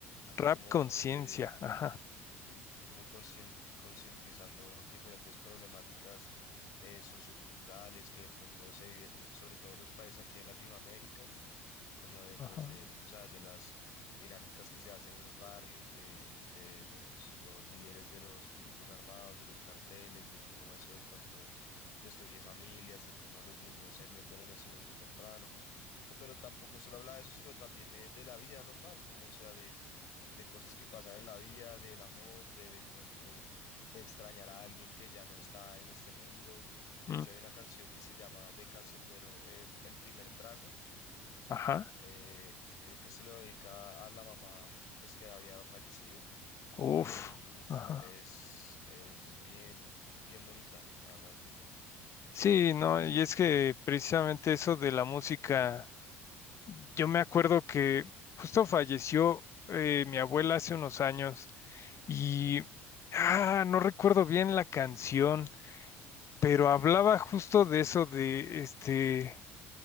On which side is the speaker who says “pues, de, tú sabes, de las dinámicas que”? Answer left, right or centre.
Left